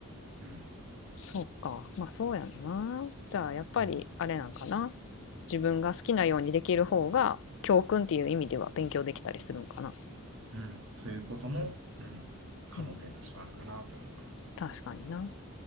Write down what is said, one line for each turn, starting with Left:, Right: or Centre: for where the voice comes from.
Right: う。うん、
Left: そうか。まあそうやんな。じゃあやっぱりあれなんかな。
Right: うん、
Left: 自分が好きなようにできる方が教訓っていう意味では勉強できたりするんかな。
Right: うん。そういうことも、うん、可能性としてはあるかなって思うかな。
Left: うん。確かにな。